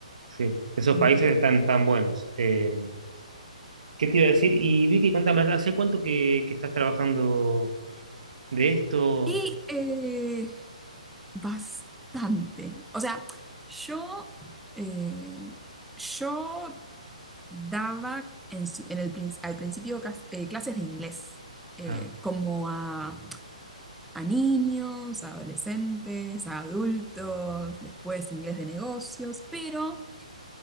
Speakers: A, on the right; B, in the centre.
A: sí. Esos
B: Eh,
A: países están tan buenos. Eh, ¿qué te iba a decir? Y Vicky, cuéntame, ¿hace cuánto que, que estás trabajando de esto?
B: y eh, bastante. O sea, yo... eh, yo daba en su- en el prin- al principio cas- eh, clases de inglés, eh,
A: Ah,
B: como a, a niños, a adolescentes, a adultos, después inglés de negocios, pero